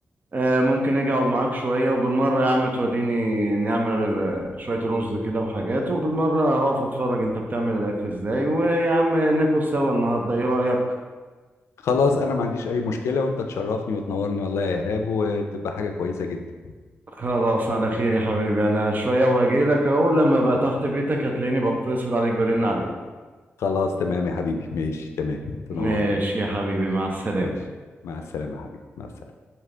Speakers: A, on the right (about 40°); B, on the left (about 85°).
A: آه، ممكن اجي اقعد معاك شويه وبالمره يا عم توريني نعمل آه، شويه رز كده وحاجات وبالمره هقف اتفرج انت بتعمل الاكل ازاي ويا عم ناكل سوا النهارده ايه رايك
B: خلاص انا ما عنديش اي مشكلة وانت تشرفني وتنورني والله يا ايهاب وتبقى حاجة كويسة جدا
A: خلاص على خير يا حبيبي انا شويه وهجيلك اهو لما بقى تحت بيتك هتلاقيني بتصل عليك برن عليك
B: خلاص تمام يا حبيبي ماشي تمام تنورني
A: ماشي يا حبيبي مع السلامه
B: ماشي مع السلامة يا حبيبي مع السلامة